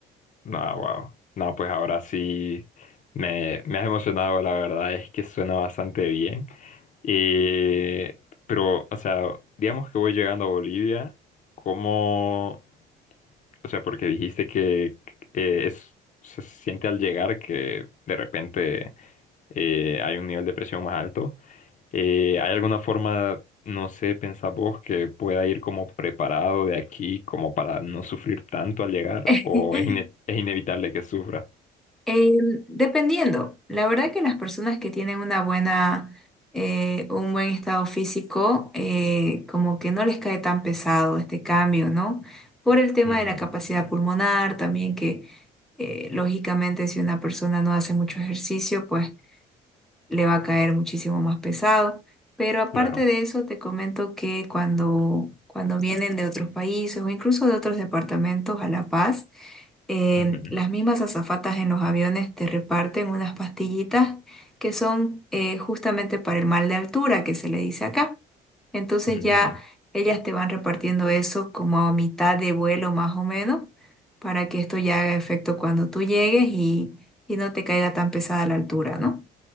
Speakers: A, on the left; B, in the centre.
A: No, wow. No, pues ahora sí me, me has emocionado, la verdad es que suena bastante bien. Eh, pero, o sea, digamos que voy llegando a Bolivia, ¿cómo? O sea, porque dijiste que eh, es, se siente al llegar que de repente eh, hay un nivel de presión más alto. Eh, ¿hay alguna forma, no sé, pensás vos, que pueda ir como preparado de aquí como para no sufrir tanto al llegar?
B: <laughs>
A: ¿O es, ine- es inevitable que sufra?
B: Em, dependiendo, la verdad que las personas que tienen una buena, eh, un buen estado físico, eh, como que no les cae tan pesado este cambio, ¿no? Por el tema
A: Ujú,
B: de la capacidad pulmonar, también que eh, lógicamente si una persona no hace mucho ejercicio, pues le va a caer muchísimo más pesado. Pero aparte
A: claro.
B: de eso, te comento que cuando, cuando vienen de otros países o incluso de otros departamentos a La Paz, eh,
A: Ujú,
B: las mismas azafatas en los aviones te reparten unas pastillitas que son eh, justamente para el mal de altura, que se le dice acá. Entonces
A: ujú.
B: ya ellas te van repartiendo eso como a mitad de vuelo más o menos, para que esto ya haga efecto cuando tú llegues y, y no te caiga tan pesada la altura, ¿no?